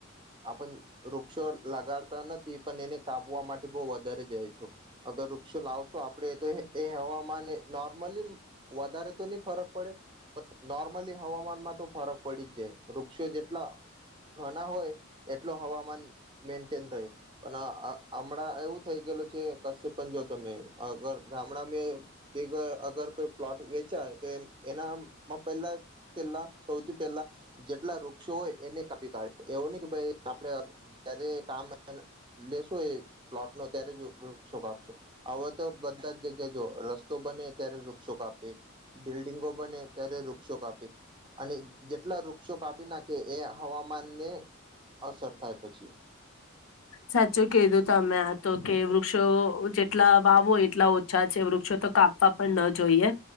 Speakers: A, on the right; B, on the left.
A: આપણ વૃક્ષો લગાડતા નથી, પણ એને કાપવા માટે બહુ વધારે જાય છો. અગર વૃક્ષો લાવશો આપડે તો એ હવામાન એ નોર્મલી વધારે તો નહી ફરક પડે, પણ નોર્મલી હવામાનમાં તો ફરક પડી જ જાય. વૃક્ષો જેટલા ઘણા હોય એટલો હવામાન મેન્ટન રહે. અને હમણાં એવું થઈ ગયેલું છે કશે પણ જો તમે અગર ગામડા મેં દેખો અગર કોઈ પ્લોટ વેચાય તો એ એનામાં પેલા પેલા સૌથી પહેલા જેટલા વૃક્ષો હોય એને કાપી કાઢે એવો નહી કે ભાઈ આપણે જયારે કામ લેશો એ પ્લોટનો ત્યારે જ વૃક્ષો કાપશો. હવે તો બધા જ જગ્યા જો રસ્તો બને ત્યારે વૃક્ષો કાપે. બિલ્ડિંગો બને ત્યારે વૃક્ષો કાપે, અને જેટલા વૃ વૃક્ષો કાપી નાખે એ હવામાનને અસર થાય પછી. <inaudible>
B: સાચું કીધું તમે. આતો કે વૃક્ષો જેટલા વાવો એટલા ઓછા છે વૃક્ષો તો કાપ વા પણ ન જોઈએ.